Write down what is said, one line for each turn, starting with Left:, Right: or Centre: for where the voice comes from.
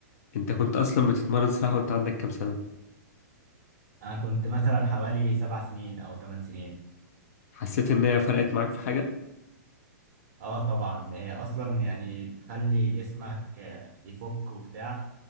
Left: انت كنت اصلا بتتمرن سباحه وانت عندك كام سنه
Right: انا كنت مثلا حوالي سبع سنين او ثمان سنين
Left: حسيت ان هي فرقت معاك في حاجه
Right: اه طبعا هي اصلا يعني بتخلي جسمك آه، يفك وبتاع